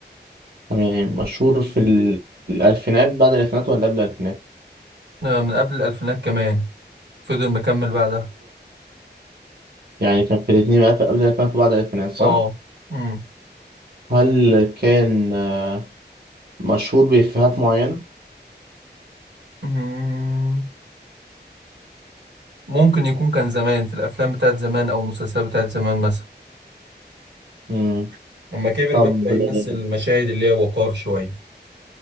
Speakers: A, on the right; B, on the right.
A: تمام مشهور في ال- الألفينات بعد الألفينات ولا قبل الألفينات
B: آه، من قبل الالفينات كمان فضل مكمل بعدها
A: يعني كان في الاتنين ألف قبل الألفينات وبعد الألفينات صح؟
B: اه مم.
A: هل كان آه، مشهور بإفيهات معينة؟
B: مم. ممكن يكون كان زمان في الافلام بتاعت زمان او المسلسلات بتاعت زمان مثلا
A: مم.
B: لما كبر
A: طب
B: بقى بقى
A: آه،
B: يمثل المشاهد اللي هي وقار شوية